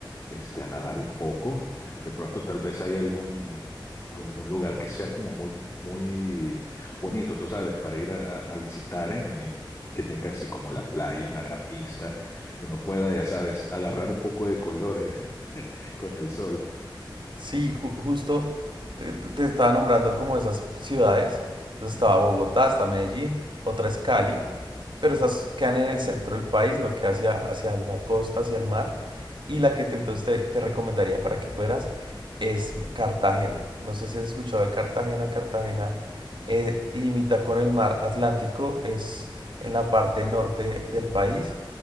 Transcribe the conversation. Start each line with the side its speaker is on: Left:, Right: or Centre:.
Left: este, a nadar un poco. De pronto, tal vez hay algún, algún lugar que sea como muy, muy bonito, tú sabes, para ir a, a visitar en, en- que tenga así como la playa, una gran vista, que uno pueda, ya sabes, agarrar un poco de color <laughs> con el sol.
Right: Sí, ju- justo te, te- te estaba nombrando como esas ciudades. Entonces
Left: Ujú,
Right: estaba Bogotá, está Medellín, otra es Cali, pero estas quedan en el centro del país, no que hacia, hacia la costa, hacia el mar. Y la que te- entonces te, te recomendaría para que fueras es Cartagena. No sé si has escuchado de Cartagena. Cartagena eh, limita con el mar Atlántico, es en la parte norte del país